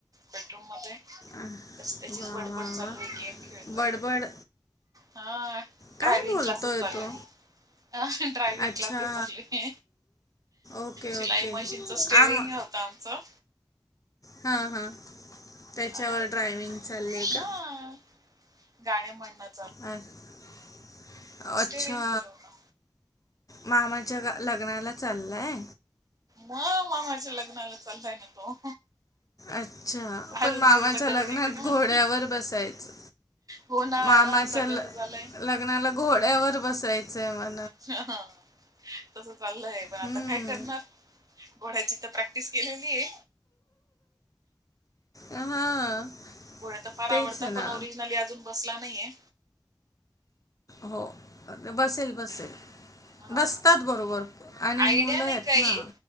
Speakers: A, on the right (about 45°); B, on the left (about 45°).
A: बेडरूम मध्ये
B: आह,
A: त्याचीच
B: वा
A: बडबड
B: वा
A: चालू
B: वा
A: आहे गेम खेळतोय.
B: बडबड
A: हा ड्रायविंग
B: काय बोलतोय
A: क्लासेस चालू
B: तो
A: आहे. ड्रायव्हिंग
B: अच्छा
A: क्लासेस चालू
B: ओके
A: शिलाई
B: ओके
A: मशीनच स्टेरिंग
B: आम
A: होत आमचं.
B: हा हा त्याच्यावर
A: आणि आम्ही
B: ड्रायविंग चाललेय का?
A: हा गाणे म्हणणार.
B: अ अच्छा
A: स्टेरिंग फिरवणं
B: मामाच्या लग्नाला चाललाय
A: मग मामाच्या लग्नाला चालताय ना तो
B: अच्छा पण
A: अजून
B: मामाच्या
A: मुहूर्त कधी
B: लग्नात
A: निघते का म्हणते
B: घोड्यावर बसायचं
A: हो ना
B: मामाच्या
A: सगळं
B: ल
A: तर झालंय
B: लग्नाला घोड्यावर बसायचंय म
A: तस चाललंय पण आता
B: हम्म.
A: काय करणार घोड्याची तर प्रॅक्टि - डीस केलेली आय
B: हां
A: घोड्या तर फार
B: तेच
A: आवडता पण
B: ना
A: ओरिजिनल अजून बसला नाहीये
B: हो अरे बसेल बसेल
A: हा
B: बसतात बरोबर आणि
A: आयडिया
B: मुलं
A: नाही
B: आहेत
A: काही
B: ना